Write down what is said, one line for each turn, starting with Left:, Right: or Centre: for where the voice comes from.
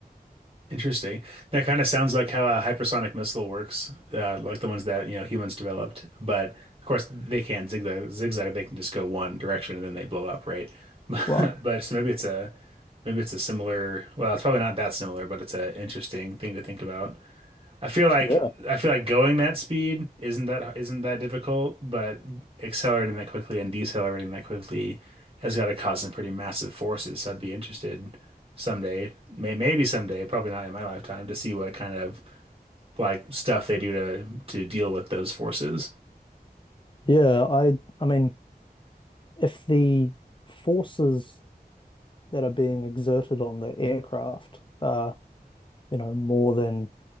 Right: Interesting. That kind of sounds like how a hypersonic missile works, uh, like the ones that, you know, humans developed. But of course, they can't zigzag, zigzag. They can just go one direction and then they blow up, right? <laughs>
Left: Right.
Right: But so maybe it's a, maybe it's a similar. Well, it's probably not that similar, but it's an interesting thing to think about. I feel like
Left: Yeah.
Right: I feel like going that speed isn't that isn't that difficult, but accelerating that quickly and decelerating that quickly has got to cause some pretty massive forces. So I'd be interested someday, may maybe someday, probably not in my lifetime, to see what kind of like stuff they do to to deal with those forces.
Left: Yeah, I I mean, if the forces that are being exerted on the aircraft are, you know, more than